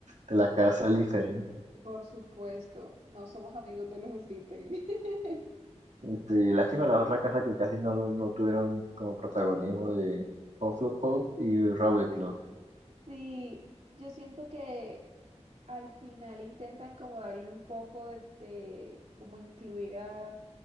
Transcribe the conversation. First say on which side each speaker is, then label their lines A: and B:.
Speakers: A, on the right; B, on the right.
A: de la casa Slytherin.
B: Por supuesto. No somos amigos de los Slytherin. <laughs>
A: Y Sí, lástima las otras casas que casi no, lo- no tuvieron como protagonismo de Hufflepuff y Ravenclaw.
B: Sí, yo siento que al final intentan como darle un poco de, de- como incluir a,